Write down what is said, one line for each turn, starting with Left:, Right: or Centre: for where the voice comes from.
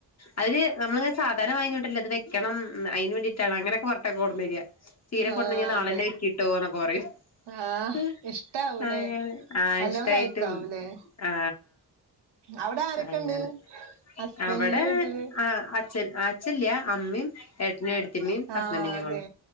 Left: അതിന് നമ്മള് സാധനം <unintelligible> ത് വെക്കണം ന്ന് അയിന് വേണ്ടിട്ടാണങ്ങന <unintelligible> കൊടന്നെര തീരെ <unintelligible>
Right: ആഹ്
Left: ആളെന്നെ
Right: അതെ
Left: കിട്ടോ ന്നൊക <unintelligible>
Right: ആഹ്
Left: ഹ്
Right: ഇഷ്ടാവൂലേ
Left: <unintelligible> ആയിഷ്ടയിട്ടും
Right: നല്ലോം കഴിക്കാവൂലേ
Left: ആ
Right: അവിടെ ആരൊക്കെണ്ട്
Left: അങ്ങനെ.
Right: ഹസ്ബൻഡിന്റെ
Left: അവടേ
Right: വീട്ടില്
Left: ആ അച്ഛൻ അച്ചല്യ അമ്മീം ഏട്ടനും ഏ ടത്യമ്മേം ഹസ്ബൻറും
Right: ആഹ്
Left: ഞങ്ങളും
Right: അതെ